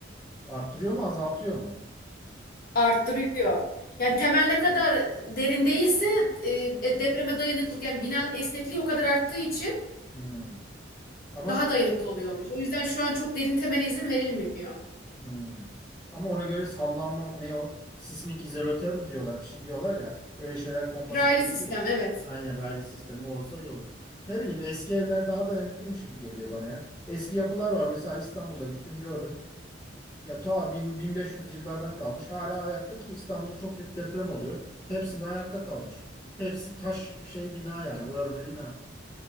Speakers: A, on the left; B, on the left.
A: Arttırıyor mu, azaltıyor mu?
B: arttırıyor. Yani temel ne kadar derin değilse e, e, depreme dayanıklılık yani binanın esnekliği o kadar arttığı için
A: Hmm. Ama
B: daha dayanıklı oluyormuş. O yüzden şu an çok derin temele izin verilmiyor.
A: hmm. Ama ona göre sallanma ne o? Sismik izolatör mü diyorlar? Bir şey diyorlar ya. Öyle şeyler konması
B: Raylı
A: gerekiyor
B: sistem
A: ya.
B: evet.
A: Aynen raylı sistemi olsa iyi olur. Ne bileyim eski evler daha dayanıklıymış gibi geliyor bana ya. Eski yapılar var. Mesela İstanbul'da gittim gördüm. Ya ta 1000, 1500 yıllardan kalmış. Hala ayakta ki İstanbul'da çok dep- deprem oluyor. Hepsinde ayakta kalmış. Hepsi taş şey bina yani örme bina.